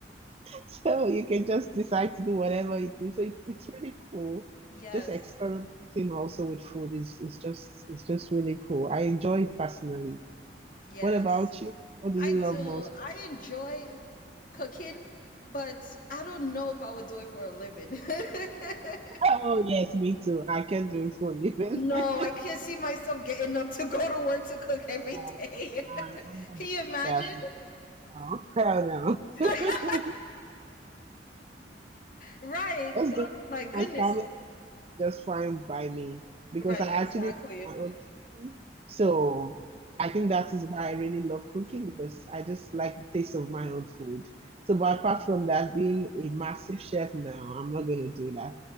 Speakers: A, on the right; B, on the left.
A: So you can just decide to do whatever it is. So it, it's really cool.
B: Yes,
A: Just experimenting also with food is is just is just really cool. I enjoy it personally.
B: yes.
A: What about you? What do
B: I
A: you
B: do.
A: love most?
B: I enjoy cooking, but I don't know if I would do it for a living. <laughs>
A: Oh yes, me too. I can do it for a living.
B: No,
A: <laughs>
B: I can't see myself getting up to go to work to cook every
A: Um,
B: day.
A: I-
B: <laughs>
A: I'm not
B: Can
A: being
B: you imagine?
A: a chef now. Oh, hell no. <laughs>
B: <laughs> Right.
A: Just
B: Oh
A: do
B: my goodness.
A: my family just fine by me because
B: Right,
A: I actually
B: exactly.
A: do my own
B: <laughs>
A: cooking. So I think that is why I really love cooking because I just like the taste of my own food. So, but apart from that, being a massive chef, no, I'm not gonna do that.